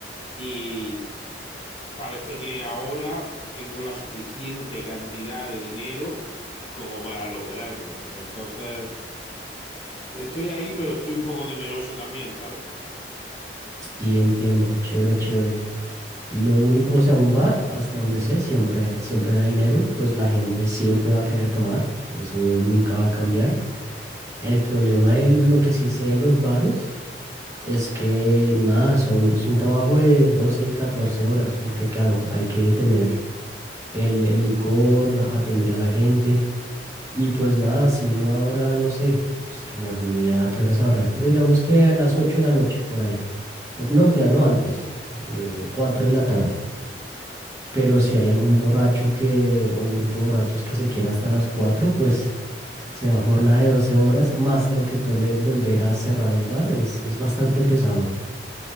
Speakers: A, on the left (about 30°); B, on the right (about 20°).
A: y parece que ahora tengo la suficiente cantidad de dinero como para lograrlo. Entonces estoy ahí, pero estoy un poco temeroso también, ¿sabes?
B: Sí, entiendo. Chévere, chévere. Lo único, o sea, un bar, hasta donde sé, siempre, siempre da dinero, pues la gente siempre va a querer tomar. Eso nunca va a cambiar. El problema de lo que sí sé de los bares es que nada, son, es un trabajo de 12, 14 horas, porque claro, hay que tener el, el licor, la- atender a la gente. Y pues nada, si uno ahora, no sé, es que bueno, ni idea a qué horas sabrán, pero digamos que a las 8 de la noche, por ahí. O- no, mentiras, no antes, eh, 4 de la tarde. Pero si hay algún borracho que, o un grupo de borrachos que se queden hasta las 4 pues será jornada de 12 horas, más lo que tome volver a cerrar el bar, es, es bastante pesado.